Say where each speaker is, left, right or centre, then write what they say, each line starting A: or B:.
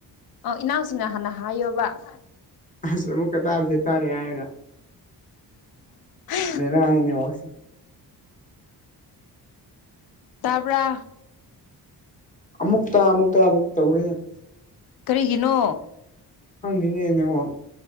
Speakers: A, on the left; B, on the left.
A: ꯑꯣ ꯏꯅꯥꯎꯁꯤꯡꯅ ꯍꯥꯟꯅ ꯍꯥꯏꯌꯣꯕ
B: ꯍꯧꯖꯤꯛ ꯑꯃꯨꯛꯀ ꯇꯥꯔꯦ ꯇꯥꯔꯦ ꯍꯥꯏꯔꯣ
A: <inaudible>
B: ꯕꯦꯔꯥꯅꯦ ꯅꯦꯠꯋꯥꯛꯁꯦ
A: ꯇꯥꯕ꯭ꯔ
B: ꯑꯃꯨꯛꯇ ꯑꯃꯨꯛ ꯇꯥꯗꯕ ꯇꯧꯋꯤꯅꯦ
A: ꯀꯔꯤꯒꯤꯅꯣ
B: ꯈꯪꯗꯦꯅꯦ ꯅꯦꯠꯋꯥꯛ